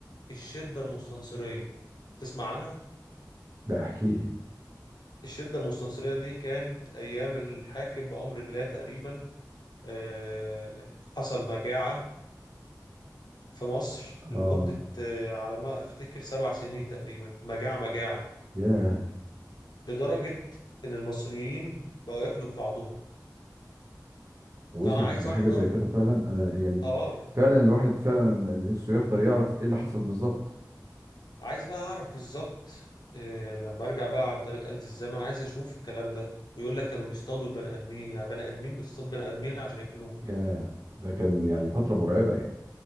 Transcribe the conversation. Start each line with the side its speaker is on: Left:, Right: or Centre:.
Left: الشدة المستنصرية تسمع عنها
Right: لا احكي لي
Left: الشدة المستنصرية دي كانت ايام الحاكم بأمر الله تقريبا آه، حصل مجاعة في مصر
Right: اه
Left: لمدة آه، على ما افتكر سبع سنين تقريبا مجاعة مجاعة
Right: ياه
Left: لدرجة ان المصريين بقوا ياكلوا في بعضهم
Right: وصلت
Left: فانا عايز
Right: لحاجه
Left: احضر
Right: زي كده فعلا انا يعني
Left: اه
Right: فعلا الواحد فعلا نفسه يحضر يعرف ايه اللي حصل بالظبط
Left: عايز بقى اعرف بالظبط إيه لما ارجع بقى عن طريق آلة الزمن عايز اشوف الكلام ده ويقول لك كانوا بيصطادوا البني ادمين يعني بني ادمين بتصطاد بني ادمين عشان ياكلوه
Right: ياه ده كان يعني فتره مرعبه يعني